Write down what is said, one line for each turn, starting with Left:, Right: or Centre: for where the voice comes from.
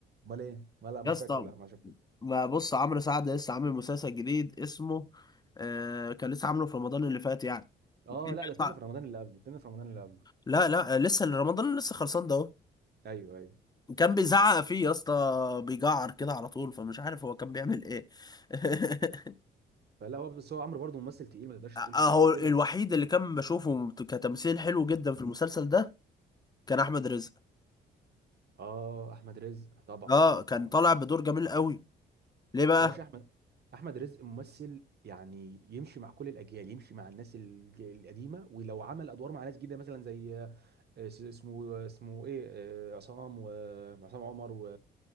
Right: امال ايه؟ ما لا مش
Left: يا اسطى
Right: فاكره لا ما شفتوش
Left: ما بص عمرو سعد لسه عامل مسلسل جديد اسمه آه، كان لسه عامله في رمضان اللي فات يعني
Right: اه
Left: الفيلم
Right: لا
Left: بيطلع
Right: ده التاني في رمضان اللي قبله التاني في رمضان اللي قبله
Left: لا لا لسه رمضان لسه خلصان ده
Right: ايوه ايوه
Left: كان بيزعق فيه يا اسطى بيجعر كده على طول فمش عارف هو كان بيعمل ايه <laughs>
Right: فلا هو بس هو عمرو برضه ممثل تقيل ما تقدرش تقول
Left: اهو
Right: كده- غير كده
Left: الوحيد اللي كان بشوفه كتمثيل حلو جدا في المسلسل ده كان احمد رزق
Right: اه احمد رزق طبعا
Left: اه كان
Right: اه
Left: طالع بدور جميل قوي ليه بقى
Right: يا باشا احمد احمد رزق ممثل يعني يمشي مع كل الاجيال يمشي مع الناس الج- القديمه ولو عمل ادوار مع ناس جديده مثلا زي آه، اس- اسمه اسمه ايه آه، عصام وعصام عمر و...